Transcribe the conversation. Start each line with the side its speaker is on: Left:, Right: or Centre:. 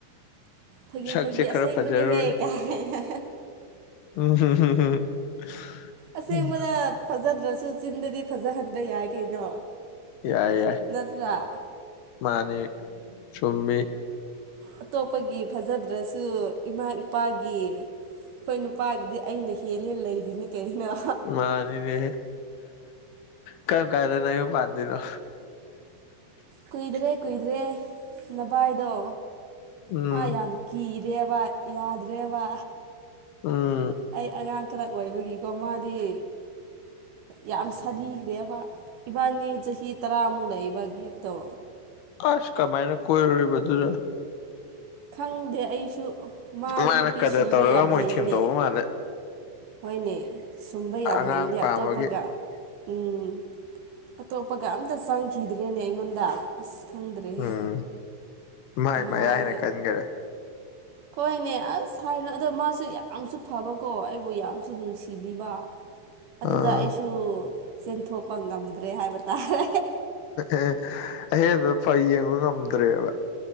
Right: ꯐꯥꯒꯤ
Left: ꯁꯛꯁꯦ
Right: ꯐꯥꯒꯤ
Left: ꯈꯔ
Right: ꯑꯁꯦꯡꯕꯅꯤꯍꯦ
Left: ꯐꯖꯔꯨꯔꯦ
Right: ꯀꯥꯏꯅ
Left: <unintelligible>
Right: ꯑꯁꯦꯡꯕꯗ ꯐꯖꯗ꯭ꯔꯁꯨ ꯆꯤꯟꯗꯗꯤ ꯐꯖꯍꯟꯕ ꯌꯥꯏ ꯀꯩꯅꯣ
Left: ꯌꯥꯏ ꯌꯥꯏ
Right: ꯅꯠꯇ꯭ꯔꯥ
Left: ꯃꯥꯅꯦ ꯆꯨꯝꯃꯤ
Right: ꯑꯇꯣꯞꯄꯒꯤ ꯐꯖꯗ꯭ꯔꯁꯨ ꯏꯃꯥ ꯏꯄꯥꯒꯤ ꯑꯩꯈꯣꯏ ꯅꯨꯄꯥꯒꯤꯗꯤ ꯑꯩꯅ ꯍꯦꯜꯂꯦ ꯂꯩꯔꯤꯅꯤ ꯀꯩꯅꯣ
Left: ꯃꯥꯟ ꯅꯦꯅꯦ ꯀꯔꯝ ꯀꯥꯟꯗ ꯅꯌꯨꯝ ꯄꯥꯟꯗꯣꯏꯅꯣ
Right: ꯀꯨꯏꯗ꯭ꯔꯦ ꯀꯨꯏꯗ꯭ꯔꯦ ꯅꯕꯥꯏꯗꯣ
Left: ꯎꯝ
Right: ꯃꯥ ꯌꯥꯝ ꯀꯤꯔꯦꯕ ꯌꯥꯗ꯭ꯔꯦꯕ
Left: ꯎꯝ
Right: ꯑꯩ ꯑꯉꯥꯡ ꯈꯔ ꯑꯣꯏꯕꯒꯤꯀꯣ ꯃꯥꯗꯤ ꯌꯥꯝ ꯁꯥꯔꯤꯈ꯭ꯔꯦꯕ ꯏꯕꯥꯅꯤ ꯆꯍꯤ ꯇꯔꯥꯃꯨꯛ ꯂꯩꯏꯕ ꯒꯦꯞꯇꯣ
Left: ꯑꯁ ꯀꯃꯥꯏꯅ ꯀꯣꯏꯔꯨꯔꯤꯕꯗꯨꯗ
Right: ꯈꯪꯗꯦ ꯑꯩꯁꯨ ꯃꯥꯗꯨ
Left: ꯃꯥꯅ
Right: ꯅꯨꯄꯤ
Left: ꯀꯗꯔ
Right: ꯁꯨꯝꯕ
Left: ꯇꯧꯔꯒ
Right: ꯌꯥꯝ
Left: ꯃꯣꯏ
Right: ꯍꯩꯅꯦ
Left: ꯊꯦꯝꯗꯧꯕ ꯃꯥꯜꯂꯦ
Right: ꯍꯣꯏꯅꯦ ꯁꯨꯝꯕ ꯌꯥꯝ
Left: ꯑꯉꯥꯡ
Right: ꯍꯩꯅꯦ
Left: ꯄꯥꯝꯕꯒꯤ
Right: ꯑꯇꯣꯞꯄꯒ ꯎꯝ ꯑꯇꯣꯞꯄꯒ ꯑꯝꯇ ꯆꯪꯈꯤꯗ꯭ꯔꯦꯅꯦ ꯑꯩꯉꯣꯟꯗ ꯑꯁ ꯈꯪꯗ꯭ꯔꯦꯍꯦ
Left: ꯎꯝ ꯃꯥꯏ
Right: ꯃꯥꯁꯦ
Left: ꯃꯌꯥꯏꯅ ꯀꯟꯈꯔꯦ
Right: ꯍꯣꯏꯅꯦ ꯑꯁ ꯍꯥꯏꯅꯣ ꯑꯗꯣ ꯃꯥꯁꯨ ꯌꯥꯝꯁꯨ ꯐꯕꯀꯣ ꯑꯩ ꯕꯨ ꯌꯥꯝꯁꯨ ꯅꯨꯡꯁꯤꯕꯤꯕ ꯑꯗꯨꯗ
Left: ꯑꯥ
Right: ꯑꯩꯁꯨ ꯁꯨ ꯆꯦꯟꯊꯣꯛꯄ ꯉꯝꯗ꯭ꯔꯦ ꯍꯥꯏꯕ ꯇꯥꯔꯦ
Left: ꯑꯦ ꯑꯍꯦꯟꯕ ꯐ ꯌꯦꯡꯕ ꯉꯝꯗ꯭ꯔꯦꯕ <unintelligible>